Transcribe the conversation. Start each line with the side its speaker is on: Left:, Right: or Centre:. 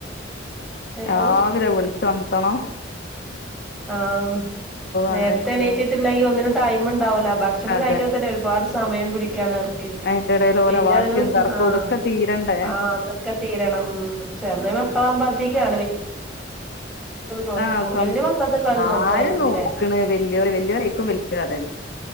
Centre: ഏതായാലും
Left: രാവിലെ വിളിച്ചോൺത്തണം
Centre: ആഹ് നേരത്തെ
Left: അങ്ങനെയൊക്കെ
Centre: എണീറ്റിട്ടില്ലെങ്കി ഒന്നിനും ടൈമ് ണ്ടാവൂല ഭക്ഷണം
Left: അതെ
Centre: കഴിക്കണ തന്നെ ഒര്പാട് സമയം പിടിക്കാണ് അവർക്കെ
Left: അതിന്റെ ഇടയിൽ ഓരോ
Centre: പിന്നെ
Left: വാശിയും
Centre: അതിന് സ
Left: തർക്കവും
Centre: ആഹ്
Left: ഇതൊക്കെ തീരണ്ടേ
Centre: ആഹ് അതൊക്കെ തീരണം. ചെറുന്ന മക്കളാകുമ്പതികാ നോക്കിക്കോളും
Left: ആഹ് സ്വ
Centre: വലിയ മക്കളതൊക്കെ അവര് നോക്കുവായിരിക്കൂല്ലേ
Left: ആര് നോക്ക്ണ് വെല്ല്യേല് വെല്ല്യോലെ ഐക്കും വെല്ല്യേ കഥേണ്.